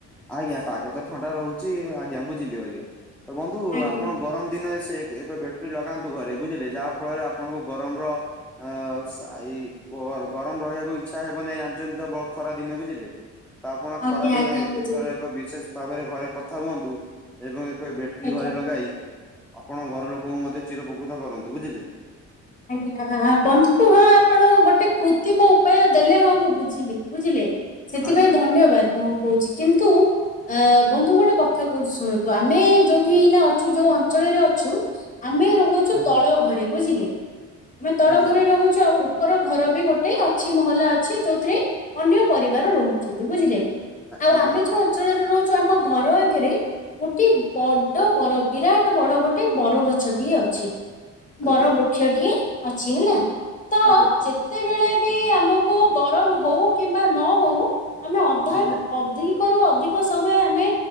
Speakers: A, in the centre; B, on the left.
A: ଆଜ୍ଞା ପାଗ ତ ଥଣ୍ଡା ରହୁଛି, ଆଜ୍ଞା ବୁଝିଲି ଆଜ୍ଞା। ତ ବନ୍ଧୁ
B: ଆଜ୍ଞା
A: ଆପଣ ଗରମ ଦିନ ସେ ଏକ ଏକ ବେ ଟ୍ରି ଲଗାନ୍ତୁ ଘରେ, ବୁଝିଲେ ଯାହା ଫଳରେ ଆପଣଙ୍କୁ ଗରମର ଆଉ ସେ ଆଇ ଗର ଗରମ ରହିବାକୁ ଇଚ୍ଛା ହେବ ନାଇଁ ଜାଣିଚନ୍ତି ତ ବ- ଖରା ଦିନ ବୁଝିଲେ। ତ ଆପଣ
B: ଆଜ୍ଞା
A: ଖରାଦିନ
B: ଆଜ୍ଞା
A: ଏ
B: ବୁଝିଲି
A: ଏ ଏକ ବିଶେଷ ଭାବରେ ଘରେ କଥା ହୁଅନ୍ତୁ ଏବଂ ଏକ ବେଟ୍ରି
B: ଆଜ୍ଞା।
A: ଘରେ ଲଗାଇ ଆପଣ ଘର ଲୋକଙ୍କୁ ମଧ୍ୟ ଚିର ପକୃତ କରନ୍ତୁ ବୁଝିଲେ।
B: ଆଜ୍ଞା ବନ୍ଧୁ ହଁ ଆପଣ ଗୋଟେ କୃତ୍ରିମ ଉପାୟ ଦେଲେ ହଁ ମୁଁ ବୁଝିଲି ବୁଝିଲେ। ସେଥିପାଇଁ
A: ଆଜ୍ଞା
B: ଧନ୍ୟବାଦ ମୁଁ କହୁଛି, କିନ୍ତୁ ଆ, ବନ୍ଧୁ ଗୋଟେ କଥା କହୁଛିି ଶୁଣନ୍ତୁ, ଆମେ ଯୋଉଠି ଏଇନା ଅଛୁ ଯୋଉ ଅଞ୍ଚଳରେ ଅଛୁ। ଆମେ ରହୁଛୁ
A: ଆଜ୍ଞା
B: ତଳ ଘରେ ବୁଝିଲେ, ଆମେ ତଳ
A: ଆଜ୍ଞା
B: ଘରେ ରହୁଛୁ ଆଉ ଉପର ଘର ବି ଗୋଟେ ଅଛି ମହଲା ଅଛି ଯୋଉଥିରେ ଅନ୍ୟ ପରିବାର ରହୁଛନ୍ତି ବୁଝିଲେ। ଆଉ
A: ଆଜ୍ଞା
B: ଆମେ ଯୋଉ ଅଞ୍ଚଳରେ ରହୁଛୁ ଆମ ଘର ଆଗରେ ଗୋଟେ ବଡ ବର ବିରାଟ ବଡ ଗୋଟେ ବରଗଛଟିଏ ଅ ଛି
A: ଆଜ୍ଞା
B: ବର ବୃକ୍ଷ ଟିଏ ଅଛି ହେଲା। ତ
A: ଆଜ୍ଞା।
B: ଯେତେବେଳେ ବି ଆମକୁ ଗରମ ହଉ କିମ୍ବା ନ ହଉ, ଆମେ ଅଧା
A: ଆଜ୍ଞା
B: ଅଧିକରୁୁ ଅଧିକ ସମୟ ଆମେ